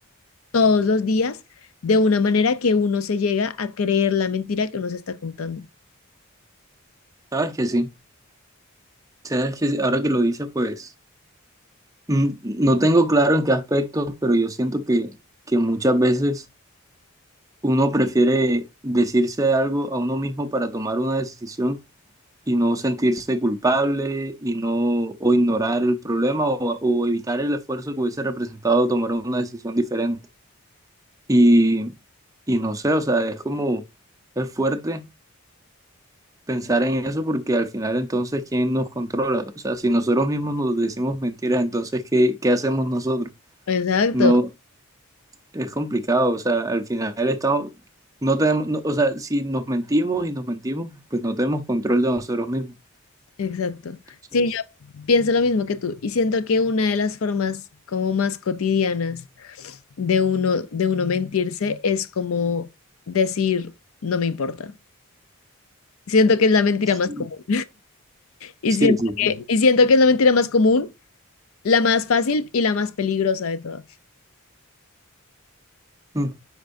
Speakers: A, on the left (about 70°); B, on the right (about 15°).
A: todos los días de una manera que uno se llega a creer la mentira que uno se está contando.
B: Sabes que sí, sabes que sí. Ahora que lo dices, pues mm, no tengo claro en qué aspectos, pero yo siento que, que muchas veces uno prefiere decirse algo a uno mismo para tomar una decisión y no sentirse culpable y no o ignorar el problema o, o evitar el esfuerzo que hubiese representado tomar una decisión diferente. Y, y no sé, o sea, es como, es fuerte pensar en eso porque al final entonces, ¿quién nos controla? O sea, si nosotros mismos nos decimos mentiras, entonces, ¿qué, qué hacemos nosotros?
A: Exacto.
B: No, es complicado, o sea, al final estamos, no tenemos, no- o sea, si nos mentimos y nos mentimos, pues no tenemos control de nosotros mismos.
A: Exacto.
B: Entonces,
A: Sí, yo pienso lo mismo que tú y siento que una de las formas como más cotidianas de uno de uno mentirse es como decir no me importa. Siento que es la mentira
B: Sí.
A: más común y
B: sí,
A: siento
B: sí.
A: que y siento que es la mentira más común, la más fácil y la más peligrosa de todas.
B: sí.